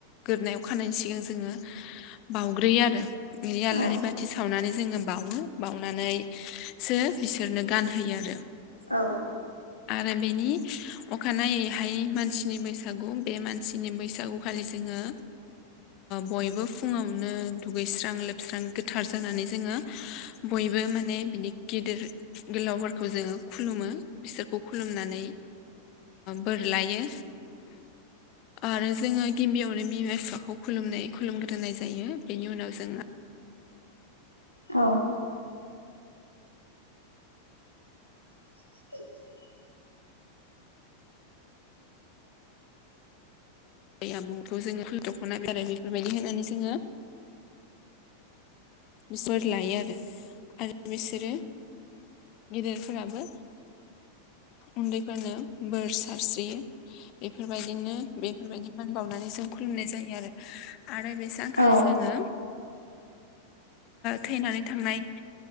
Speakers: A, on the left; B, on the left.
A: गोदोनायाव खानायनि सिगां जोङो बावग्रोयो आरो बे आलारि
B: औ
A: बाथि थि सावनानै जोङो बावो बावनानै सो बिसोरनो गानहोयो आरो।
B: औ
A: आरो बेनि अखानायैहाय मानसिनि बैसागु बे मानसिनि बैसागु खालि जोङो बयबो फुङावनो दुगैस्रां लोबस्रां गोथार जानानै जोङो बयबो माने बिदि गिदिर गोलावफोरखौ जोङो खुलुमो बिसोरखौ खुलुमनानै बोर लायो आरो जोङो गिबियावनो बिमा बिफाखौ खुलुमनाय खुलुमग्रोनाय जायो बेनि उनाव जोंना
B: औ <inaudible>
A: बे आबौखौ जोङो फुल दख'ना <unintelligible> बेफोरबायदि होनानै जोङो बोर लायो आरो आरो बिसोरो गिदिरफोराबो उन्दैफोरनो बोर सारस्रियो बेफोरबायदिनो बेफोरबायदि मान बावनानै जों खुलुमनाय जायो आरो आरो बे सानखालि
B: औ
A: जोङो थैनानै थांनाय